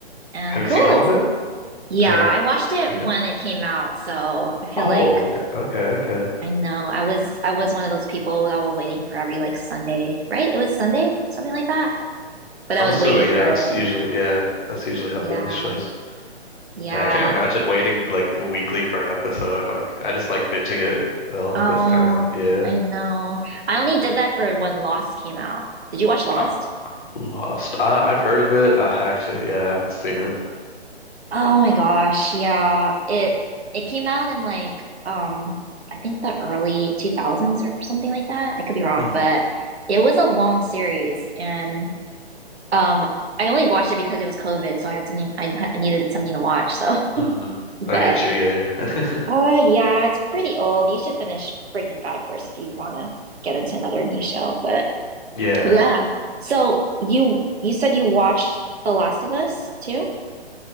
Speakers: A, on the right; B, on the left.
A: and
B: Have you
A: cool.
B: seen all
A: It's
B: of it?
A: yeah,
B: Or
A: I watched it
B: okay.
A: when it came out, so I feel
B: Oh,
A: like
B: d- okay, okay.
A: I know I was I was one of those people that were waiting for every like Sunday, right? It was Sunday, something like that. But I
B: I'm
A: would
B: assuming,
A: wait
B: yeah,
A: for
B: That's
A: it.
B: usually yeah, that's usually how
A: Yeah,
B: those shows.
A: yeah.
B: I can't imagine waiting like weekly for an episode. Like I just like binging it. Well,
A: Oh,
B: that's kind of yeah.
A: I know. I only did that for when Lost came out. Did you watch Lost?
B: Uh, Lost. I I've heard of it. I actually yeah, I haven't seen it.
A: Oh my gosh, yeah. It it came out in like um I think the early 2000s or something like that. I could be wrong,
B: hmm
A: but it was a long series and um I only watched it because it was COVID, so I had something I ha- needed something to watch. So,
B: hmm
A: <laughs> but
B: I get you. Yeah. <laughs>
A: uh yeah, it's pretty old. You should finish Breaking Bad first if you want to get into another new show, but
B: Yeah.
A: yeah. So, you you said you watched The Last of Us too?